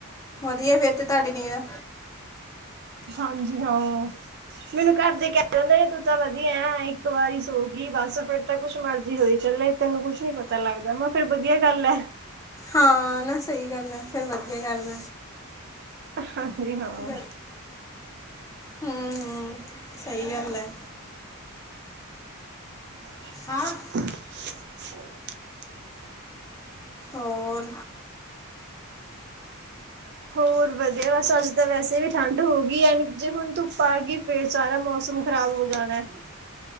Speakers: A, on the left; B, on the right.
A: ਵਧੀਆ ਫੇਰ ਤੇ ਤੁਹਾਡੀ ਨੀਦ
B: ਹਾਂਜੀ ਹਾਂ ਮੈਨੂੰ ਘਰ ਦੇ ਕਹਿ ਜਾਂਦੇ ਨੇ ਤੂੰ ਤਾਂ ਵਧੀਆ ਐ ਇੱਕ ਵਾਰੀ ਸੋ ਗਈ ਬਸ ਫਿਰ ਤਾਂ ਕੁਛ ਮਰਜੀ ਹੋਈ ਚੱਲੇ ਤੈਨੂੰ ਕੁਛ ਨੀ ਪਤਾ ਲੱਗਦਾ ਮੈਂ ਫੇਰ ਵਧੀਆ ਗੱਲ ਐ।
A: ਹਾਂ ਨਾ ਸਹੀ ਗੱਲ ਹੈ ਫੇਰ ਵਧੀਆ ਗੱਲ
B: ਹਾਂਜੀ ਹਾਂ
A: <inaudible> ਹੂੰ- ਹੂੰ ਸਹੀ ਗੱਲ ਹੈ
B: <inaudible>
A: ਹਾਂ ਔਰ
B: ਹੋਰ ਵਧੀਆ ਬਸ ਅੱਜ ਤਾਂ ਵੈਸੇ ਵੀ ਠੰਡ ਹੋ ਗਈ ਐ ਜੇ ਹੁਣ ਧੁੱਪ ਆ ਗਈ ਫੇਰ ਸਾਰਾ ਮੌਸਮ ਖ਼ਰਾਬ ਹੋ ਜਾਣਾ।